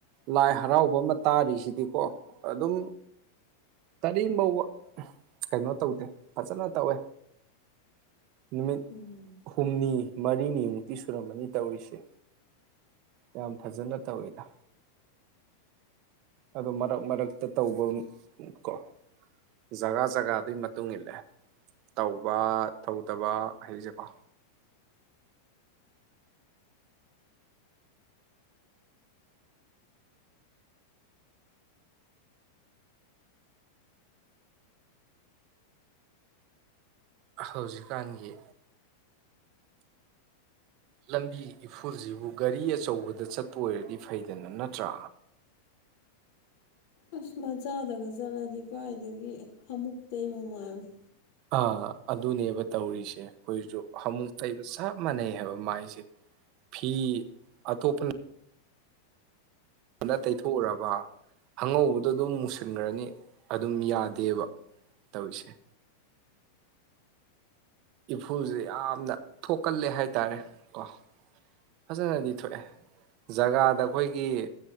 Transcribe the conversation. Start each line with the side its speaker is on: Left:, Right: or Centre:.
Right: ꯂꯥꯏ ꯍꯔꯥꯎꯕ ꯑꯃ ꯇꯥꯔꯤꯁꯤꯗꯤꯀꯣ ꯑꯗꯨꯝ ꯀꯔꯤꯝꯐꯧꯕ ꯀꯩꯅꫭ ꯇꯧꯗꯦ ꯐꯖꯅ ꯇꯧꯋꯦ ꯅꯨꯃꯤꯠ
Left: ꯎꯝ
Right: ꯍꯨꯝꯅꯤ ꯃꯔꯤꯅꯤꯃꯨꯛꯇꯤ ꯁꯨꯔꯝꯃꯅꯤ ꯇꯧꯔꯤꯁꯦ ꯌꯥꯝ ꯐꯖꯅ ꯇꯧꯋꯤꯗ ꯑꯗꫭ ꯃꯔꯛ ꯃꯔꯛꯇ ꯇꯧꯕꯝ ꯀꯣ ꯖꯒꯥ ꯖꯒꯥꯗꯨꯒꯤ ꯃꯇꯨꯡ ꯏꯜꯂꯦ ꯇꯧꯕ ꯇꯧꯗꯕ ꯍꯥꯏꯕꯁꯦꯀꯣ ꯍꯧꯖꯤꯛꯀꯥꯟꯒꯤ ꯂꯝꯕꯤ ꯏꯐꯨꯜꯁꯤꯕꯨ ꯒꯥꯔꯤ ꯑꯆꯧꯕꯗ ꯆꯠꯄ ꯑꯣꯏꯔꯗꯤ ꯐꯩꯗꯅ ꯅꯠꯇ꯭ꯔꯥ
Left: ꯑꯁ ꯃꯆꯥꯗꯒ ꯆꯠꯂꯗꯤ ꯀꯥꯏꯗꯒꯤ ꯍꯥꯃꯨꯛ ꯇꯩ ꯃꯥꯜꯂꯤ
Right: ꯑꯥ ꯑꯗꯨꯅꯦꯕ ꯇꯧꯔꯤꯁꯦ ꯑꯩꯈꯣꯏꯁꯨ ꯍꯥꯃꯨꯛ ꯇꯩꯕ ꯆꯞ ꯃꯥꯟꯅꯩ ꯍꯥꯏꯕ ꯃꯥꯏꯁꯦ ꯐꯤ ꯑꯇꯣꯞꯄꯅ ꯅ ꯇꯩꯊꯣꯛꯎꯔꯕ ꯑꯉꯧꯕꯗꯣ ꯑꯗꯨꯝ ꯃꯨꯁꯤꯟꯈ꯭ꯔꯅꯤ ꯑꯗꯨꯝ ꯌꯥꯗꯦꯕ ꯇꯧꯔꯤꯁꯦ ꯏꯐꯨꯜꯁꯦ ꯌꯥꯝꯅ ꯊꯣꯛꯀꯜꯂꯦ ꯍꯥꯏꯇꯥꯔꯦ ꯀꯣ ꯐꯖꯅꯗꯤ ꯊꯣꯛꯑꯦ ꯖꯒꯥꯗ ꯑꯩꯈꯣꯏꯒꯤ